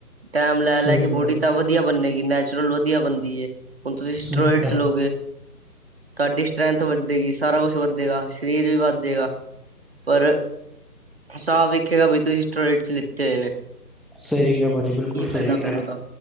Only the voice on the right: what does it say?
ਟਾਈਮ ਲੈ
-ਲੈ ਕੇ ਬੋਡੀ
ਤਾਂ ਵਧੀਆ ਬਣੇਗੀ ਨੈਚੁਰਲ ਵਧੀਆ ਬਣਦੀ ਏ। ਹੁਣ ਤੁਸੀਂ
ਸਟਰੋਈਏਡਜ਼
ਲਓਗੇ। ਤੁਹਾਡੀ ਸਟਰੈਂਥ ਵੱਧੇਗੀ ਸਾਰਾ ਕੁਛ ਵੱਧੇਗਾ ਸਰੀਰ ਵੀ ਵੱਧੇਗਾ ਪਰ ਸਾਫ ਵਿਖੇਗਾ ਬਈ ਤੁਸੀਂ ਸਟੋਰੇਟ ਲਿੱਤੇ ਹੋਏ ਨੇ।
ਕੀ ਫਾਇਦਾ
ਫੇਰ ਉਹਦਾ।